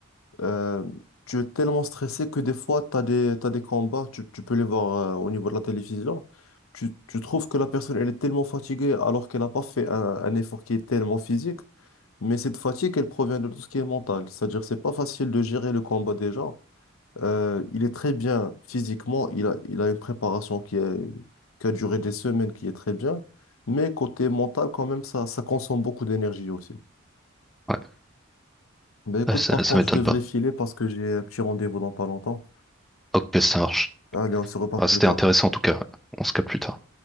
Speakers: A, on the left; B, in the centre.
A: Euh, tu es tellement stressé que des fois, tu as des, t'as des combats, tu, tu peux les voir euh, au niveau de la télévision. Tu, tu trouves que la personne, elle est tellement fatiguée alors qu'elle n'a pas fait un, un effort qui est tellement physique. Mais cette fatigue, elle provient de tout ce qui est mental. C'est-à-dire, c'est pas facile de gérer le combat déjà. Euh, il est très bien physiquement, il a, il a une préparation qui est, qui a duré des semaines, qui est très bien. Mais côté mental, quand même, ça, ça consomme beaucoup d'énergie aussi.
B: Ouais,
A: Ben écoute,
B: Ouais, ça,
A: par
B: ça
A: contre,
B: m'étonne
A: je devrais
B: pas.
A: filer parce que j'ai un petit rendez-vous dans pas longtemps.
B: Ok, ça marche.
A: Allez, on se reparle
B: Ah,
A: plus
B: c'était
A: tard.
B: intéressant en tout cas. On se capte plus tard.